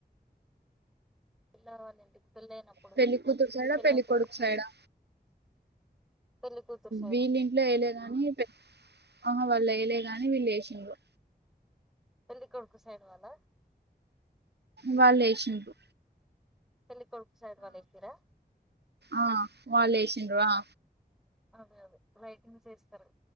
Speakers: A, in the centre; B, on the right.
A: పిల్ల వాళ్ళ ఇంటికి పెళ్ళయినప్పుడు
B: పేళ్లి కుతురు సైడా
A: పెళ్ళప్పుడు
B: పెళ్లి కొడుకు సైడా
A: పెళ్లి కూతురు సైడ్
B: వీళ్ళింట్లో ఎయలే గాని పె అహా వాళ్ళేయలే గాని వీళ్ళేశిన్రు
A: పెళ్లి కొడుకు సైడ్ వాళ్ళ
B: వెళ్ళేశిన్రు
A: పెళ్ళి కొడుకు సైడ్ వాళ్లేశిర్రా
B: ఆ
A: అహ
B: వాళ్ళు వేసిండ్రు
A: అవే
B: ఆ
A: అవే లైటింగ్స్ యేస్తరు